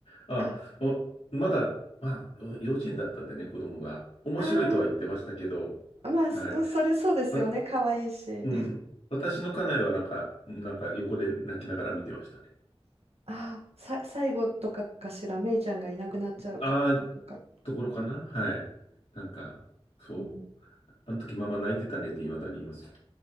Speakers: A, on the left (about 80°); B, on the right (about 85°).
A: あ、
B: あ、
A: お、まだ、まあ、お幼稚園だったんでね、子供が。面白いとは言ってましたけど、
B: あー、まあ、
A: はい。
B: そそれそうですよね。
A: わ、
B: 可愛いし。
A: うん。私の家内はなんか、なんか横で泣きながら見てましたね。
B: <laughs> あー、さ、最後とかかしら、メイちゃんがいなくなっちゃうとこととか。
A: ああ、ところかなはい。なんか、そう。
B: うん
A: あの時ママ泣いてたねって未だに言いますよ。